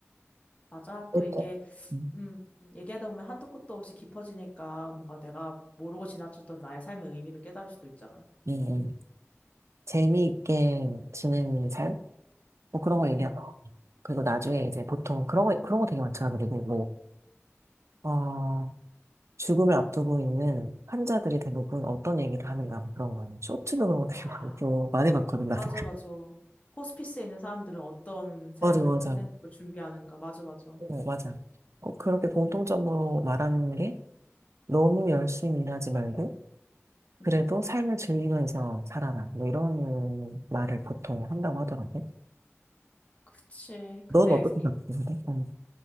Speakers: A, on the left; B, on the right.
A: 맞아.
B: 어때?
A: 또 이게,
B: 음,
A: 음, 얘기하다 보면 한도 끝도 없이 깊어지니까 뭔가 내가 모르고 지나쳤던 나의 삶의 의미를 깨달을 수도 있잖아.
B: 음, 재미있게 지내는 삶? 뭐 그런 거 얘기하고.
A: 음.
B: 그리고 나중에 이제 보통 그런 거, 그런 거 되게 많잖아. 그리고 뭐, 어, 죽음을 앞두고 있는 환자들이 대부분 어떤 얘기를 하는가 그런 거예요. 쇼츠도 그런 거 되게
A: 아,
B: 많고 많이 봤거든 나는.
A: 맞아,
B: <laughs>
A: 맞아. 호스피스에 있는 사람들은 어떤 삶을
B: 맞아 맞아.
A: 끝내는 걸 준비하는가. 맞아, 맞아.
B: 어, 맞아. 꼭 그렇게 공통점으로 말하는 게 너무 열심히 일하지 말고 그래도
A: 음.
B: 삶을 즐기면서 살아라. 뭐 이런 말을 보통 한다고 하더라고.
A: 그치.
B: 넌
A: 근데
B: 어떻게
A: 이-
B: 바꾸는데? 음.